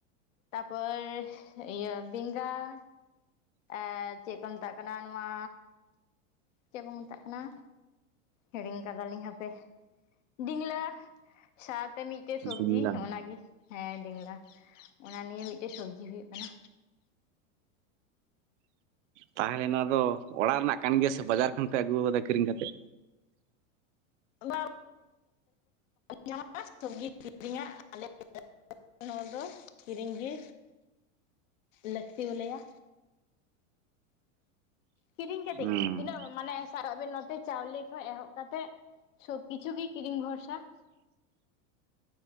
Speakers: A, on the left; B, on the right.
A: ᱛᱟᱨᱯᱚᱨ ᱤᱭᱟᱹ ᱵᱮᱸᱜᱟᱲ ᱮᱸᱜ ᱪᱮᱜ ᱠᱚ ᱢᱮᱛᱟᱜ ᱠᱟᱱᱟ, ᱱᱚᱣᱟ ᱪᱮᱜ ᱠᱚ ᱢᱮᱛᱟᱜ ᱠᱟᱱᱟ ᱦᱤᱲᱤᱧ ᱠᱟᱫᱟᱞᱤᱧ ᱦᱟᱯᱮ, ᱰᱤᱝᱞᱟᱹ, ᱥᱟᱜ ᱛᱮ ᱢᱤᱜᱴᱮᱜ ᱥᱚᱵᱽᱡᱤ,
B: ᱵᱤᱞᱟ
A: ᱚᱱᱟ ᱜᱮ ᱦᱮᱸ ᱰᱤᱸᱝᱞᱟ᱾ ᱚᱱᱟ ᱱᱤᱭᱮ ᱢᱤᱜᱴᱮᱜ ᱥᱚᱵᱽᱡᱤ ᱦᱩᱭᱩᱜ ᱠᱟᱱᱟ᱾
B: ᱛᱟᱦᱮ ᱞᱮᱱᱟ ᱫᱚ, ᱚᱲᱟᱜ ᱨᱮᱱᱟᱜ ᱠᱟᱱ ᱜᱮᱭᱟ ᱥᱮ ᱵᱟᱡᱟᱨ ᱠᱷᱚᱱ ᱯᱮ ᱟᱹᱜᱩ ᱠᱟᱫᱟ ᱠᱤᱨᱤᱧ ᱠᱟᱛᱮᱜ?
A: ᱵᱟ ᱧᱟᱢ ᱥᱚᱵᱽᱡᱤ ᱠᱤᱨᱤᱧᱟ <unintelligible> ᱟᱞᱮ <unintelligible> ᱱᱚᱣᱟ ᱫᱚ ᱠᱤᱨᱤᱧ ᱜᱤ ᱞᱟᱹᱠᱛᱤ ᱟᱞᱮᱭᱟ᱾ ᱠᱤᱨᱤᱧ ᱠᱟᱛᱤ
B: ᱦᱩᱸ
A: ᱜᱤ ᱛᱤᱱᱟᱹᱜ ᱢᱟᱱᱮ ᱟᱨ ᱟᱵᱮᱱ ᱱᱚᱛᱮ ᱪᱟᱣᱞᱮ ᱠᱷᱚᱡ ᱮᱦᱚᱵ ᱠᱟᱛᱮᱜ ᱥᱚᱵ ᱠᱤᱪᱷᱩ ᱜᱤ ᱠᱤᱨᱤᱧ ᱵᱷᱚᱨᱥᱟ᱾